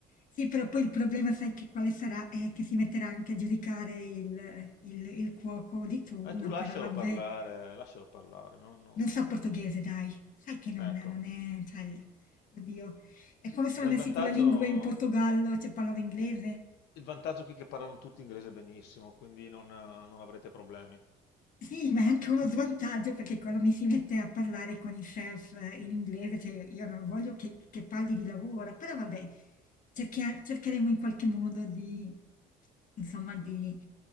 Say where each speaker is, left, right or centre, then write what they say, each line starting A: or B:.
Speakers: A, on the left; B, on the left.
A: Sì, però poi il problema, sai che quale sarà? È che si metterà anche a giudicare il, il- il cuoco di turno,
B: E tu lascialo
A: però vabbè,
B: parlare, lascialo parlare. non- non-
A: non sa portoghese, dai. Sai che non,
B: Ecco.
A: non è... Cioè, il- oddio, è come sono
B: Beh,
A: messi
B: il vantaggio,
A: con la lingua in Portogallo, cioè parlano inglese.
B: il vantaggio qui è che parlano tutti inglese benissimo, quindi non, eh, non avrete problemi.
A: Sì, ma è anche uno svantaggio perché quando mi si mette a parlare con i chef eh, in inglese, cioè io non voglio che, che parli di lavoro, però vabbè, cerchia- cercheremo in qualche modo di, insomma, di,